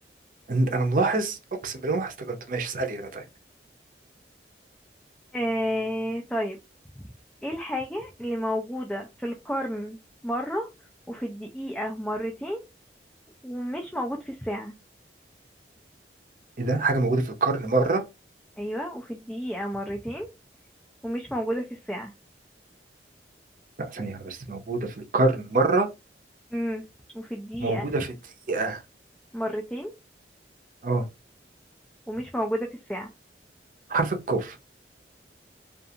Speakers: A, on the right; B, in the centre.
A: انت- انا ملاحظ اقسم بالله ملاحظ تقدم ماشي اسالي انا طيب
B: ايه طيب ايه الحاجة اللي موجودة في القرن مرة وفي الدقيقة مرتين ومش موجود في الساعة
A: ايه ده حاجه موجوده في القرن مره
B: ايوه وفي الدقيقة مرتين ومش موجودة في الساعة
A: لا ثانيه واحدة بس موجوده في القرن مره
B: امم وفي الدقيقة
A: موجوده في الدقيقه
B: مرتين
A: اه
B: ومش موجودة في الساعة
A: حرف القاف